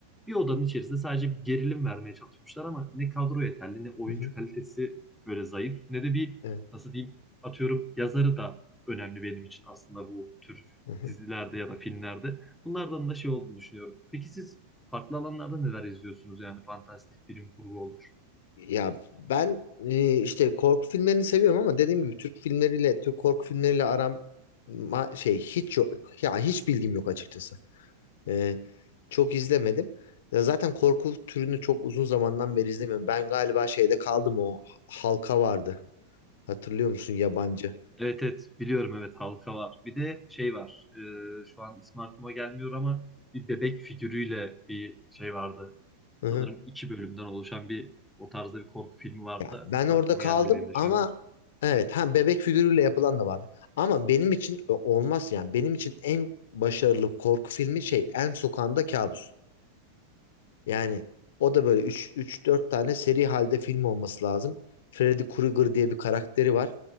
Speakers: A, in the centre; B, on the left.
A: bir odanın içerisinde sadece bir gerilim vermeye çalışmışlar ama ne kadro yeterli ne oyuncu
B: hı hı,
A: kalitesi böyle zayıf ne de bir
B: evet.
A: nasıl diyeyim atıyorum yazarı da önemli benim için aslında bu tür
B: Hı hı.
A: dizilerde ya da filmlerde. Bunlardan da şey olduğunu düşünüyorum. Peki siz farklı alanlarda neler izliyorsunuz? Yani fantastik bilim kurgu olur.
B: Ya ben e, işte korku filmlerini seviyorum ama dediğim gibi Türk filmleriyle Türk korku filmleriyle aram ma- şey hiç yok ya hiç bilgim yok açıkçası. E, çok izlemedim. Ya zaten korku türünü çok uzun zamandan beri izlemiyorum. Ben galiba şeyde kaldım o halka vardı. Hatırlıyor musun yabancı?
A: Evet evet biliyorum evet halka var. Bir de şey var. e, şu an ismi aklıma gelmiyor ama bir bebek figürüyle bir şey vardı.
B: Hı
A: Sanırım
B: hı.
A: iki bölümden oluşan bir o tarzda bir korku filmi vardı
B: Ya
A: da
B: ben
A: ismi
B: orada
A: aklıma
B: kaldım
A: gelmedi benim de
B: ama
A: şu an.
B: evet ha bebek figürüyle yapılan da vardı. Ama benim için o- olmaz yani benim için en başarılı korku filmi şey En Sokağında Kabus. Yani o da böyle 3 4 tane seri halde film olması lazım. Freddy Krueger diye bir karakteri var.